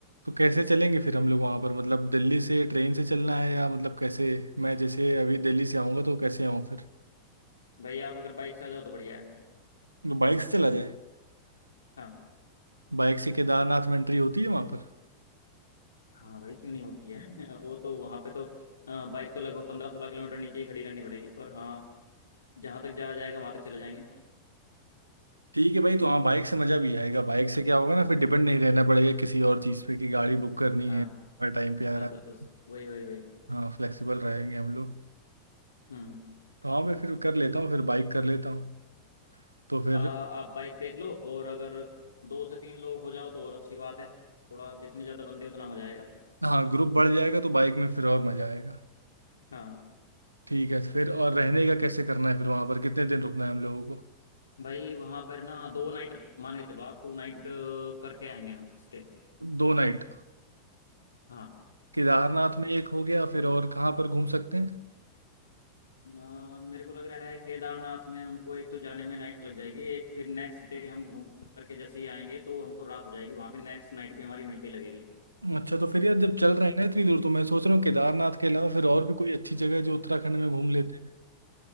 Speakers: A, on the right; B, on the left.
A: तो कैसे चलेंगे फिर हम लोग वहाँ पर मतलब दिल्ली से ट्रेन से चलना है या मतलब कैसे मैं जैसे अभी दिल्ली से आऊँगा तो कैसे आऊँ फिर
B: भाई आप अगर बाइक से आ जाओ तो बढ़िया है
A: तो बाइक से चला जाए
B: हाँ
A: बाइक से केदारनाथ में एंट्री होती है वहां पर
B: हाँ भाई क्यों नहीं होती है <laughs> वो तो वहाँ पे तो बाइक तो लगभग पंद्रह सोलह किलोमीटर नीचे ही खड़ी करनी पड़ेगी पर हाँ जहाँ तक जाया जाएगा वहाँ तक चले जाएंगे
A: ठीक है भाई तो हाँ बाइक से मज़ा भी आएगा बाइक से क्या होगा ना फिर डिपेंड नहीं रहना पड़ेगा किसी और चीज़ पे कि गाड़ी बुक करनी
B: हाँ
A: है हर टाइम पे आ
B: बस
A: रहा है
B: बस बस वही वही वही
A: हाँ फ्लेक्सिबल रहेंगे हम लोग
B: हम्म
A: तो हाँ मैं फिर कर लेता हूँ फिर बाइक कर लेता हूँ तो फिर
B: आ, आप बाइक देख लो और अगर दो से तीन लोग हो जाओ तो और अच्छी बात है थोड़ा जितने ज़्यादा बंदे उतना मजा आएगा
A: हाँ ग्रुप बढ़ जाएगा तो बाइक में फिर और मज़ा आएगा
B: हाँ
A: ठीक है फिर और रहने का कैसे करना है फिर वहाँ पर कितने दिन रुकना है हम लोगों को
B: भाई वहाँ पर ना दो नाइट मान के चलो आप टू नाइट करके आएंगे हम स्टे
A: दो नाइट
B: हाँ
A: केदारनाथ में एक हो गया फिर और कहाँ पर घूम सकते हैं
B: अ, मेरे को लग रहा है केदारनाथ में हमको एक तो जाने में नाइट लग जाएगी एक फिर नेक्स्ट डे हम घूम करके जैसे ही आएंगे तो हमको रात हो जाएगी वहां पे नेक्स्ट नाइट भी हमारी वहीं पे लगेगी
A: अच्छा तो फिर यार जब चल रहे हैं ना इतनी दूर तो मैं सोच रहा हूँ केदारनाथ के अलावा फिर और भी कोई अच्छी जगह है जो उत्तराखंड में घूम लेते हैं